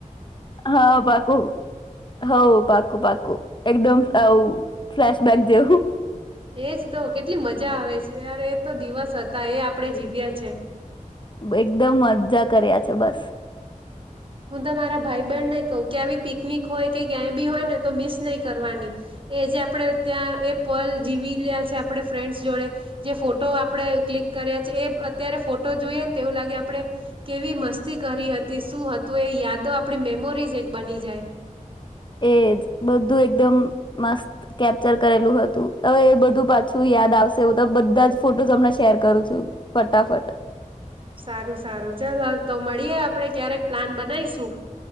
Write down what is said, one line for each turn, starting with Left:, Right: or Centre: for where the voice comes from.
Left: હા પાકું હા હા પાકું પાકું એકદમ આવ. ફ્લેશબેક દેશુ.
Right: એ જ તો કેટલી મજા આવે છે યાર એ તો દિવસ હતા એ આપણેે જીવ્યા છે.
Left: એકદમ મજા કર્યા છે બસ.
Right: હું તો મારા ભાઈ-બહેનને કહું ક્યાંય પણ પિકનિક હોય કે ક્યાંય પણ હોય ને તો મિસ નહી કરવાની. એ જે આપણે ત્યાં એ પલ જીવેલા છે, આપણે ફ્રેન્ડ્સ જોડે જે ફોટો આપણે ક્લિક કર્યા છે. એ અત્યારે ફોટો જોઈએ ને તેવું લાગે, આપણે કેવી મસ્તી કરી હતી શું હત. તુ એ યાદો આપણી મેમરીઝ એક બની જાય.
Left: એજ બધું એકદમ મસ્ત કેપ્ચર કરેલું હતું હવે એ બધું પાછું યાદ આવશે હું તો બધા જ ફોટોઝ હમણા શેર કરું છું ફટાફટ.
Right: સારું સારું ચાલ, હાલ તો મળીએે આપણે ક્યારેક પ્લાન બનાવીશું.